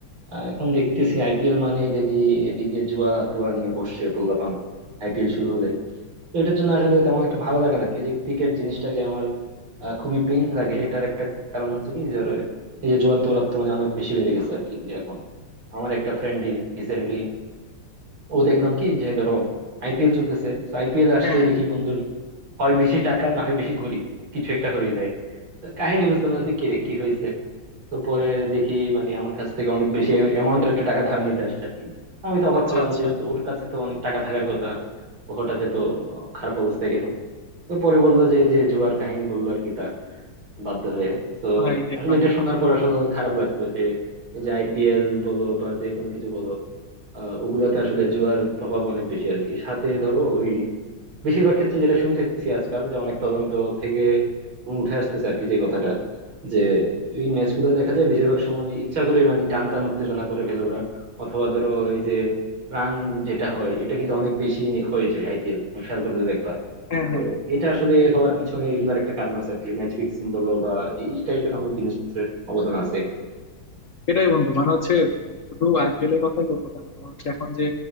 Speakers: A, on the right (about 70°); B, on the left (about 45°).
A: আহ, এখন দেখতেছি আইপিএল মানে দেখি এদিকে জুয়া টুয়া নিয়ে বসছে পোলাপান আইপিএল শুরু হলে তো এটার জন্য আসলে তেমন একটা ভালো লাগে না এই যে ক্রিকেট জিনিসটাকে আমার আহ, খুবই পেইন লাগে এটার একটা কারণ হচ্ছে কি ধরো এই যে জুয়ার দৌরাত্ম্য মানে অনেক বেশি বেড়ে গেছে আর কি এখন আমার একটা ফ্রেন্ড রিসেন্টলি ও দেখলাম কি যে ধরো আইপিএল চলতেছে তো আইপিএল আসলে
B: হ্যাঁ হ্যাঁ
A: দেখি বন্ধুর হয় বেশি টাকা না হয় বেশি গরিব কিছু একটা হয়ে যায় তো কাহিনী বুঝতাম না যে কিরে কি হয়েছে তো পরে দেখি মানে আমার কাছ থেকে অনেক বেশি অ্যামাউন্টের একটা টাকা ধার নিতে আসছে আর কি আমি তো অবাক
B: আচ্ছা
A: হলাম
B: আচ্ছা
A: যে ওর কাছে তো অনেক টাকা থাকার কথা ও হঠাৎ তো খারাপ অবস্থায় গেল তো পরে বললো যে এই যে জুয়ার কাহিনী বললো আর কি তার বাধ্য হয়ে তো
B: ভাই রে
A: আসলে
B: ভাই
A: এটা শোনার পর আসলে অনেক খারাপ লাগলো যে এই যে আইপিএল বলো বা যে কোনো কিছু বলো আহ ওগুলাতে আসলে জুয়ার প্রভাব অনেক বেশি আর কি সাথে ধরো ওই বেশিরভাগ ক্ষেত্রে যেটা শুনতেছি আজকাল যে অনেক তদন্ত থেকে উঠে আসতেছে আর কি যে কথাটা যে এই ম্যাচগুলো দেখা যায় বেশিরভাগ সময় ইচ্ছা করে মানে টান টান উত্তেজনা করে ফেলে ওরা অথবা ধরো এই যে রান যেটা হয় এটা কিন্তু অনেক বেশি হয়েছে আইপিএল খেয়াল করলে দেখবা
B: হ্যাঁ
A: তো
B: হ্যাঁ
A: এটা আসলে হওয়ার পিছনে এগুলার একটা কারণ আছে আর কি ম্যাচ ফিক্সিং বলো বা এই টাইপের অনেক জিনিসপত্রের অবদান আছে এখানে।
B: এটাই বন্ধু মানে হচ্ছে শুধু আইপিএল এর কথাই বলবো কেন তোমার হচ্ছে এখন যে